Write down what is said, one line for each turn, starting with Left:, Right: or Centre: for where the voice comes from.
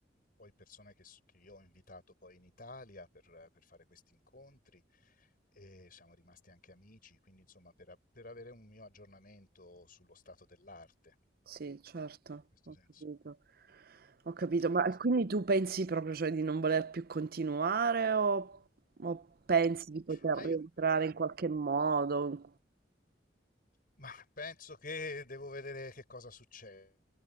Left: poi persone che, s- che io ho invitato poi in Italia per, per fare questi incontri e siamo rimasti anche amici, quindi insomma per, a- per avere un mio aggiornamento sullo stato dell'arte,
Right: Sì, certo,
Left: in questo
Right: ho
Left: senso.
Right: capito. Ho capito, ma
Left: E questo.
Right: e quindi tu pensi proprio, cioè, di non voler più continuare o, o pensi di poter
Left: Ma io,
Right: rientrare in qualche modo?
Left: ma penso che devo vedere che cosa succede.